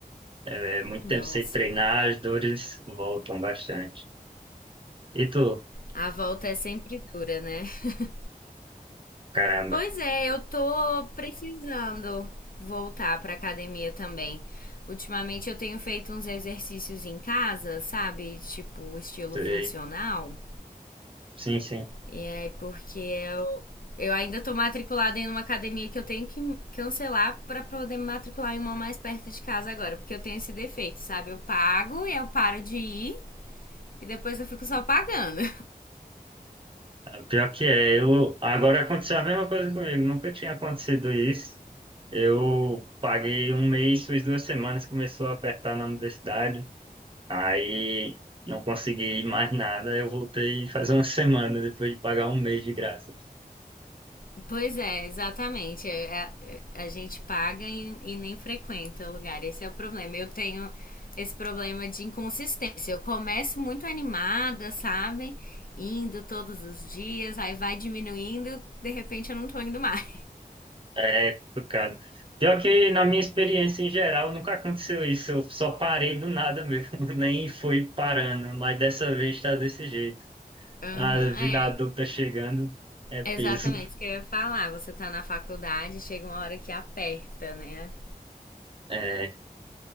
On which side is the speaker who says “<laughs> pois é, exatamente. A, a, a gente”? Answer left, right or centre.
Left